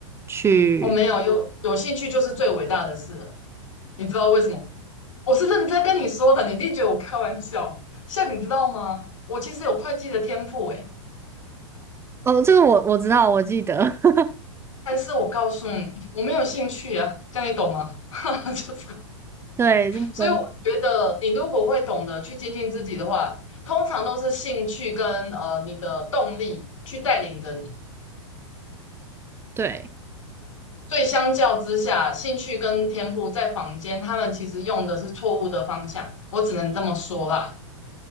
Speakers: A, on the right; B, on the left.
A: 去。
B: 我没有，有有兴趣就是最伟大的事了。你知道为什么？我是认真跟你说的，你一定觉得我开玩笑。像你知道吗？我其实有会计的天赋诶，
A: 哦，这个我我知道，我记得。<laughs>
B: 但是我告诉你，我没有兴趣啊，这样你懂吗？<laughs> 哈哈，就是，
A: 对，认真。
B: 所以我觉得你如果会懂得去精进自己的话，通常都是兴趣跟呃你的动力去带领着你。
A: 对。
B: 所以相较之下，兴趣跟天赋在坊间他们其实用的是错误的方向，我只能这么说啦。